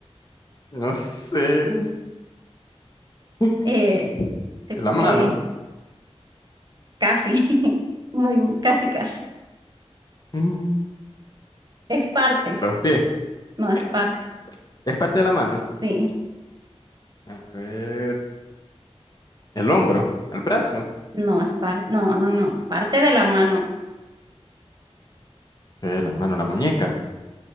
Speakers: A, on the left; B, on the right.
A: no sé. <laughs>
B: Eh, se-
A: La mano.
B: eh, casi, <laughs> muy, casi, casi.
A: Mm,
B: Es parte,
A: Los pies.
B: no es
A: <laughs>
B: parte.
A: Es parte de la mano.
B: Sí,
A: A ver, el hombro, el brazo.
B: no es parte, no, no, no. Parte de la mano.
A: Eh, la mano, la muñeca.